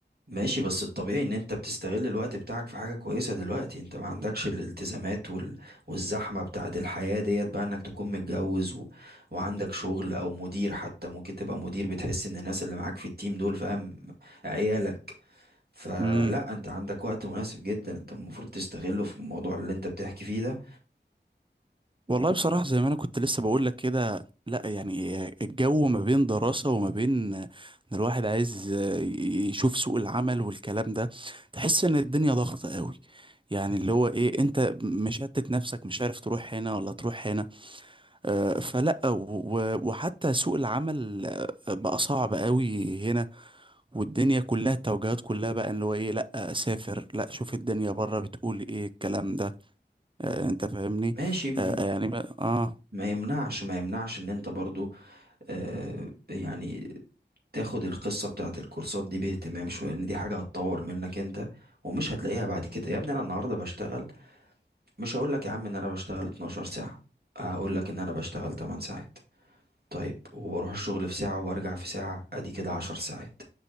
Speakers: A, on the right; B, on the right.
A: ماشي بس الطبيعي ان انت بتستغل الوقت بتاعك في حاجة كويسة دلوقتي انت ما عندكش الالتزامات وال... والزحمة بتاعت الحياة ديت بقى انك تكون متجوز و... وعندك شغل او مدير حتى ممكن تبقى مدير بتحس ان الناس اللي معاك في التيم دول فاهم عيالك فلا
B: امم
A: انت عندك وقت مناسب جدا انت المفروض تستغله في الموضوع اللي انت بتحكي فيه ده
B: والله بصراحة زي ما أنا كنت لسه بقول لك كده لا يعني الجو ما بين دراسة وما بين إن الواحد عايز يشوف سوق العمل والكلام ده تحس إن الدنيا ضغطة قوي يعني اللي هو إيه أنت مشتت نفسك مش عارف تروح هنا ولا تروح هنا آه، فلا و- وحتى سوق العمل آه، بقى صعب قوي هنا والدنيا كلها التوجهات كلها بقى اللي هو إيه لا أسافر لا شوف الدنيا بره بتقول إيه الكلام ده آه، انت فاهمني
A: ماشي م-
B: آه، آه، يعني ما- اه
A: ما يمنعش ما يمنعش ان انت برضو آه يعني تاخد القصة بتاعت الكورسات دي باهتمام شوية لأن دي حاجة هتطور منك أنت ومش هتلاقيها بعد كده يا ابني أنا النهاردة بشتغل مش هقولك يا عم إن أنا بشتغل 12 ساعة هقولك إن أنا بشتغل 8 ساعات طيب وبروح الشغل في ساعة وبرجع في ساعة أدي كده 10 ساعات